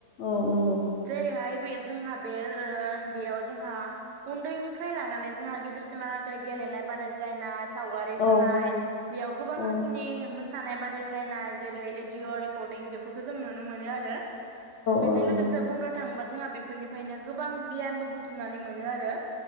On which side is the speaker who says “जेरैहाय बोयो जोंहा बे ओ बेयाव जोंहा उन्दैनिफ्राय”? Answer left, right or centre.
Right